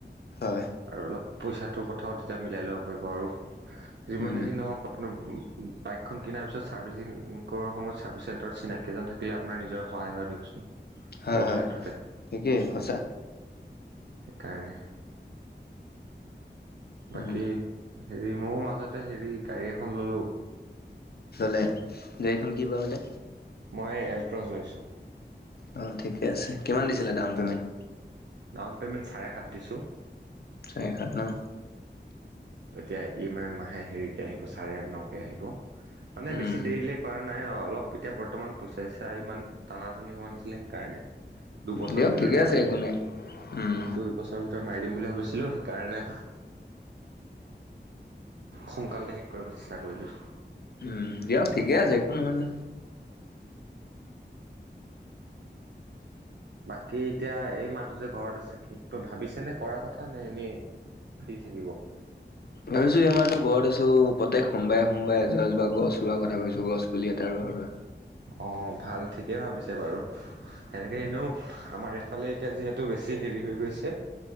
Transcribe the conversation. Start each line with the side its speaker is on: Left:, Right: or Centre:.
Left: হয়,
Right: আৰু অলপ পইচাটোৰ কথাও তেতিয়া মিলাই ল'ব পাৰিব আৰু যিমানে
Left: উম,
Right: যি নহওক কাপ বাইকখন কিনাৰ পিছত চাৰ্ভিচিং কৰ সময়ত চাৰ্ভিচ চেণ্টাৰত চিনাকি এজন থাকিলে আপোনাৰ নিজৰ হয়াই হয় দিয়কচোন
Left: হয়
Right: বহুত
Left: হয়
Right: ক্ষেত্ৰতে
Left: ঠিকে সঁচা
Right: সেইকাৰণে বাকী
Left: উম,
Right: হেৰি ময়ও মাজতে হেৰি গাড়ী এখন ললো
Left: লে গাড়ীখন কি ব হতে
Right: মই এল্ট্ৰজ লৈছোঁ
Left: অ ঠিকে আছে কিমান দিছিলে ডাউন পেমেণ্ট
Right: ডাউন পে'মেণ্ট চাৰে সাত দিছোঁ
Left: চাৰে সাত ন
Right: এতিয়া ই এম আই মাহে হেৰিকে আহিব চাৰে নকে আহিব মানে
Left: উম,
Right: বেছি দেৰিলে কৰা নাই অ অলপ এতিয়া বৰ্তমান পইচা চইচা ইমান টানা টানি হোৱা নাছিলে সেইকাৰণে দুবছৰৰ
Left: দিয়ক
Right: ভিতৰতে
Left: ঠিকে আছে
Right: মাৰি
Left: একো
Right: দিম
Left: নাই। উম,
Right: দুই বছৰৰ ভিতৰত মাৰি দিম বুলি ভাবিছিলো সেইকাৰণে সোনকালতে শেষ কৰিব চেষ্টা কৰিলোঁ
Left: উ বিয়াৰি গেছে ক ন শনে
Right: বাকী এতিয়া এই মাটো যে ঘৰত আছে কি তই ভাবিছ নে কৰা কথা নে এনেই ফ্ৰী থাকিব
Left: ভাবিছো এইমাহতো ঘৰত আছো প্ৰত্যেক সোমবায়ে সোমবায়ে এজপা এজপা গছ ৰুৱাৰ কথা ভাবিছো গছ পুলি এটা ৰ ঘা
Right: অ ভাল ঠিকে ভাবিছে বাৰু সেনেকে এনেও আমাৰ এইফালে এতিয়া যিহেতু বেছি হেৰি হৈ গৈছে